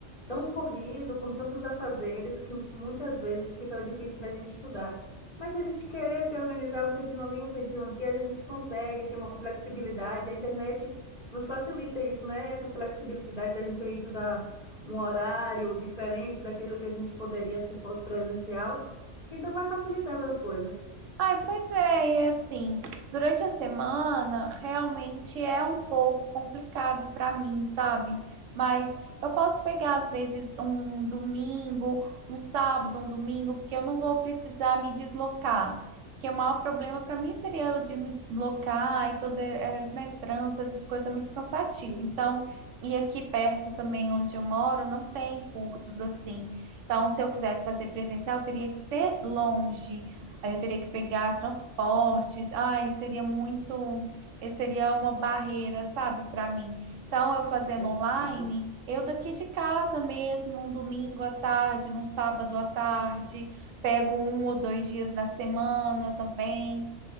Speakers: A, on the left (about 35°); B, on the right (about 85°).
A: tão corrido, com tantos afazeres, que muitas vezes fica difícil da gente estudar. Mas se a gente querer se organizar um tempinho ali, um tempinho aqui, a gente consegue, tem uma flexibilidade. A internet nos facilita isso, né? Essa flexibilidade da gente ir estudar um horário diferente daquilo que a gente poderia se fosse presencial. Então, vai facilitando as coisas.
B: Ai, pois é, e assim, durante a semana realmente é um pouco complicado para mim, sabe? Mas eu posso pegar às vezes um domingo, um sábado, um domingo, porque eu não vou precisar me deslocar. Porque o maior problema para mim seria o de me deslocar e toda, é, né, trânsito, essas coisas é muito cansativo.
A: Isso,
B: Então, e aqui perto também onde eu moro, não tem cursos assim. Então, se eu quisesse fazer presencial, teria que ser longe. Aí eu teria que pegar transporte. Ai, seria muito, eh, seria uma barreira, sabe, para mim. Então, eu fazendo
A: eu entendo.
B: online, eu daqui de casa mesmo, um domingo à tarde, num sábado à tarde, pego um ou dois dias na semana também